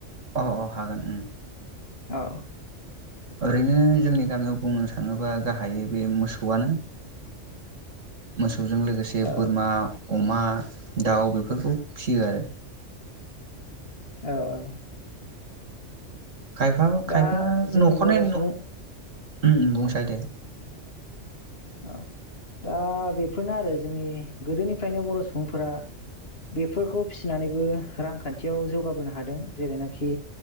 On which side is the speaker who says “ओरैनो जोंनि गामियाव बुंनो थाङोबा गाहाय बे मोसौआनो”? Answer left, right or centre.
Right